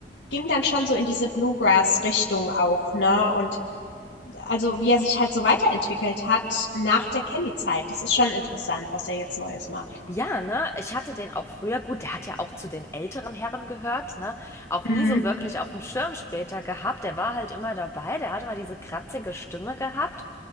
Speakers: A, on the left (about 75°); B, on the left (about 15°).
A: ging dann schon so in diese Bluegrass-Richtung auch, ne? Und also wie er sich halt so weiterentwickelt hat nach der Kelly-Zeit. Das ist schon interessant, was er jetzt Neues macht.
B: Ja, ne? Ich hatte den auch früher, gut, der hat ja auch zu den älteren Herren gehört, ne? Auch
A: Mhm.
B: nie so wirklich auf dem Schirm später gehabt. Der war halt immer dabei, der hatte immer diese kratzige Stimme gehabt.